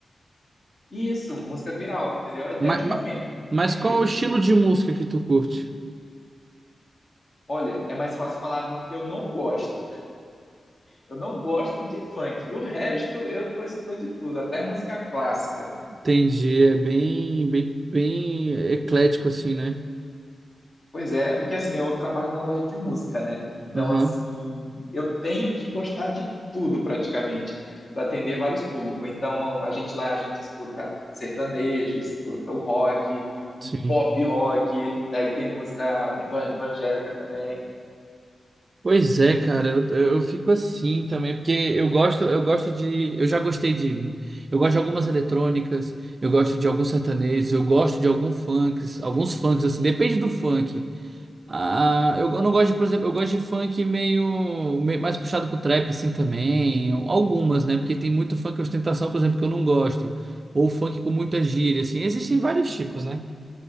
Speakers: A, on the left; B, on the right.
A: Isso, música viral, entendeu? É,
B: Mas,
A: é de momento, não
B: mas
A: tem
B: qual
A: jeito.
B: é o estilo de música que tu curte?
A: Olha, é mais fácil falar do que eu não gosto. Eu não gosto de funk. O resto eu tô escutando de tudo, até música clássica.
B: Entendi, é bem, bem, bem eclético assim, né?
A: Pois é, é porque assim, eu trabalho na loja de música, né? Então,
B: Aham,
A: assim, eu tenho que gostar de tudo praticamente, para atender vários públicos. Então, a gente lá, a gente escuta sertanejo, escuta o rock,
B: sim.
A: um pop rock, daí tem música eva- evangélica também.
B: Pois é, cara, eu, eu fico assim também, porque eu gosto, eu gosto de, eu já gostei de, eu gosto de algumas eletrônicas, eu gosto de alguns sertanejos, eu gosto de alguns funks, alguns funks assim, depende do funk. Ah, eu, eu não gosto de, por exemplo, eu gosto de funk meio, me- mais puxado pro trap assim também, algumas, né? Porque tem muito funk ostentação, por exemplo, que eu não gosto, ou funk com muita gíria assim. Existem vários tipos, né?